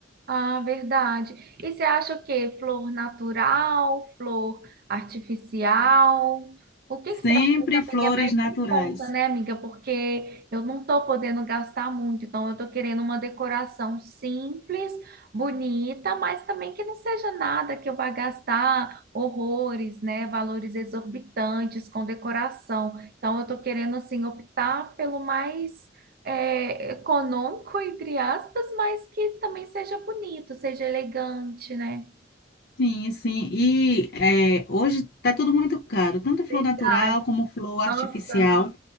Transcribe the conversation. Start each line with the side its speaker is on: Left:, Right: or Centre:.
Right: Ah, verdade. E você acha o quê? Flor natural, flor artificial? O que que você
Left: Sempre
Right: acha também
Left: flores
Right: é mais
Left: naturais.
Right: em conta, né, amiga? Porque eu não tô podendo gastar muito, então eu tô querendo uma decoração simples, bonita, mas também que não seja nada que eu vá gastar horrores, né, valores exorbitantes com decoração. Então eu tô querendo assim optar pelo mais é, econômico, entre aspas, mas que também seja bonito, seja elegante, né?
Left: Sim, sim. E eh, hoje está tudo muito caro, tanto flor
Right: Verdade.
Left: natural como flor
Right: Nossa,
Left: artificial.